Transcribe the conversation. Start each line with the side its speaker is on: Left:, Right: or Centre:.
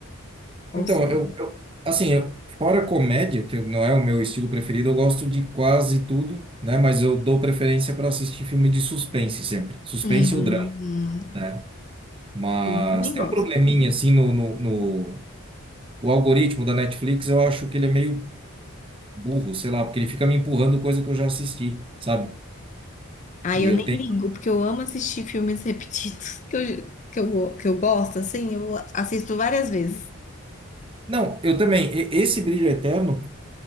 Left: ou
Right: Então,
Left: série?
Right: eu, eu- assim, eu- fora comédia, que não é o meu estilo preferido, eu gosto de quase tudo, né? Mas eu dou preferência para assistir filme de suspense sempre. Suspense
Left: Hum,
Right: ou drama,
Left: hum,
Right: né? Mas
Left: sim, também
Right: tem
Left: gosto.
Right: um probleminha, assim, no, no, no- O algoritmo da Netflix, eu acho que ele é meio burro, sei lá, porque ele fica me empurrando coisa que eu já assisti, sabe?
Left: Ah,
Right: E
Left: eu
Right: eu
Left: nem
Right: tenho.
Left: ligo, porque eu amo assistir filmes repetidos <laughs> que eu, que eu, go- que eu gosto, assim, eu assisto várias vezes.
Right: Não, eu também. e- Esse Brilho Eterno,